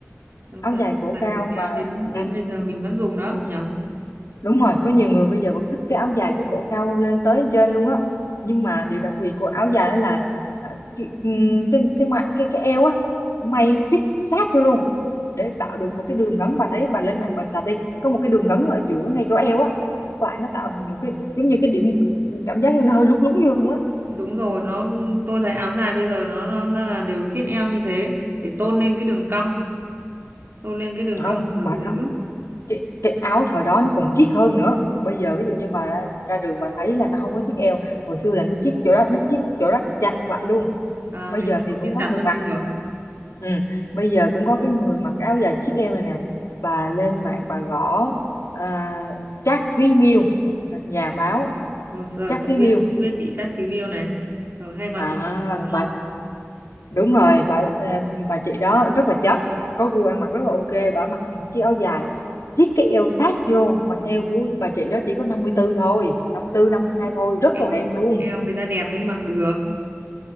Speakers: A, on the right; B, on the left.
A: ok
B: áo dài cổ
A: là
B: cao
A: cổ cao
B: và
A: đến
B: ừ,
A: đến bây giờ mình vẫn dùng đó nhở
B: Đúng rồi, có nhiều người bây giờ vẫn thích cái áo dài cái cổ cao lên tới trên luôn á. Nhưng mà điều đặc biệt của áo dài đó là à, cái ừm, cái cái cái, cái, cái eo á nó may chít sát vô luôn để tạo được một cái đường gắn bà thấy bà lên mạng bà sạch đi, có một cái đường gắn ở giữa ngay chỗ eo á, nó thắt lại nó tạo thành một cái giống như cái điểm cảm giác như nó hơi lúng lúng vô luôn á.
A: đúng rồi nó tôi thấy áo dài bây giờ nó nó, nó là đều chiết eo như thế để tôn lên cái đường cong tôn lên cái đường
B: Không,
A: cong của người
B: bà
A: phụ nữ
B: không. Cái, cái áo thời đó nó còn chiết hơn nữa. Bây giờ ví dụ như bà ra, ra đường bà thấy là nó không có chiếc eo, hồi xưa là nó chiết chỗ đó, nó chiết chỗ đó chặt lại luôn
A: à,
B: bây
A: ngày
B: giờ
A: xưa
B: thì
A: còn
B: cũng
A: siết
B: có
A: chặt
B: người
A: hơn
B: mặc
A: bây giờ
B: ừ. bây giờ cũng có cái người mặc áo dài chiếc em này nè bà lên mạng bà gõ à, Trác Thúy Miêu nhà báo
A: rồi rồi
B: Trác
A: tôi
B: Thúy
A: biết
B: Miêu
A: tôi biết chị chắc thím yêu này rồi hay mặc
B: đó
A: cái kiểu này đúng
B: bà
A: không
B: đúng rồi bà ờ, bà chị đó rất là chất có gu ăn mặc rất là ok bà mặc những chiếc áo dài siết cái eo sát vô mà eo của bà chị đó chỉ có 54 thôi năm tư năm
A: Đó.
B: hai thôi rất
A: eo
B: là đẹp luôn
A: eo người ta đẹp mới mặc được